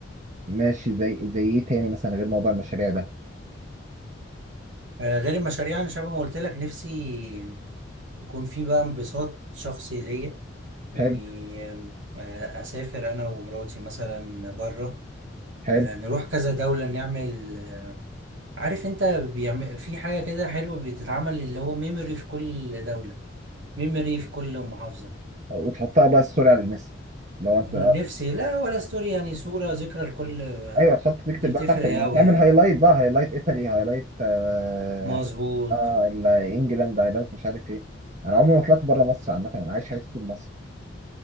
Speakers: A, on the right; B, on the right.
A: ماشي زي زي ايه تاني مثلا غير موضوع المشاريع ده
B: آه، غير المشاريع انا شبه ما قلت لك نفسي يكون في بقى انبساط شخصي ليا اني
A: حلو
B: آم، آه، اسافر انا ومراتي مثلا بره
A: حلو
B: آه، نروح كذا دولة نعمل آه، عارف انت بيعمل في حاجة كده حلوة بتتعمل اللي هو ميموري في كل دولة ميموري في كل محافظة
A: وتحطها بقى ستوري على الناس لو انت
B: نفسي لا ولا ستوري يعني صورة ذكرى لكل
A: ايوه تحط تكتب
B: دي بتفرق
A: بقى تحت ما
B: أوي
A: تعمل هايلايت
B: اه
A: بقى هايلايت ايطالي هايلايت آه,
B: مظبوط
A: آه ال- انجلاند هايلايت مش عارف ايه انا عمري ما طلعت بره مصر عامه انا عايش حياتي طول مصر